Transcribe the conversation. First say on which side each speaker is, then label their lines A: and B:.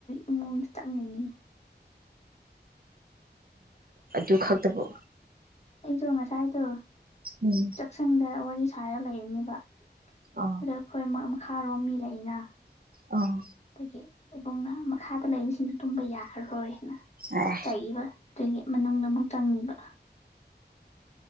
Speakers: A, on the left; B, on the right.
A: ꯏꯃꯨꯡꯗ ꯆꯪꯅꯤꯡꯅꯤ
B: ꯑꯨ ꯈꯥꯛꯇꯕꯣ
A: ꯑꯩꯗꯣ ꯉꯁꯥꯏꯗꯣ
B: ꯎꯝ
A: ꯆꯥꯛꯁꯪꯗ ꯋꯥꯔꯤ ꯁꯥꯔꯒ ꯂꯩꯕꯅꯦꯕ
B: ꯑ
A: ꯑꯗ ꯑꯩꯈꯣꯏ ꯃꯈꯥꯔꯣꯝ ꯃꯤ ꯂꯩꯅ
B: ꯑꯥ
A: ꯑꯗꯒꯤ ꯏꯕꯨꯡꯅ ꯃꯈꯥꯗ ꯂꯩꯕꯁꯤꯡꯗꯨ ꯇꯨꯝꯕ ꯌꯥꯔꯔꯣꯏ ꯍꯥꯏꯅ
B: ꯑꯦ
A: ꯆꯩꯕ ꯑꯗꯒꯤ ꯃꯅꯨꯡꯗ ꯑꯃꯨꯛ ꯆꯪꯉꯕ